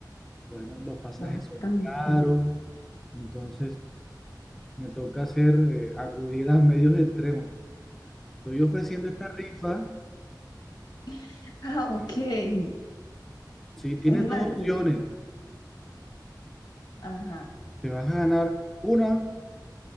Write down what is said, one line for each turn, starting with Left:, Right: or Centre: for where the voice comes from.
Centre: bueno, los pasajes
Left: bastante.
Centre: son caros, entonces me toca hacer, eh, acudir a medios extremos. Estoy ofreciendo esta rifa,
Left: <laughs> Ah, ok.
Centre: eh, si tienes
Left: Una
Centre: dos opciones,
Left: ri- Ajá.
Centre: te vas a ganar una,